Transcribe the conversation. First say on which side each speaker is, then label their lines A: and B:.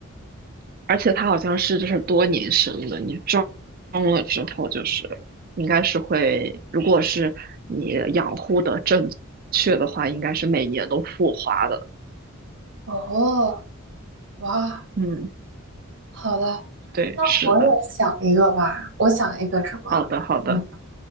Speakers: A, on the right; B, on the right.
A: 而且它好像是就是多年生的，你种种了之后就是应该是会，如果是你养护的正确的话，应该是每年都复花的。
B: 哦，哇，
A: 嗯，
B: 好的，
A: 对，
B: 那我也想一个吧。
A: 是的，
B: 我想一个什么？
A: 好的，好的，
B: 嗯，